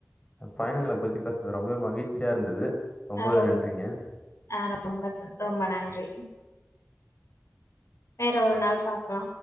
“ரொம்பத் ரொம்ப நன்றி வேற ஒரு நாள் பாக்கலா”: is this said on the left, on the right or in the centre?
Left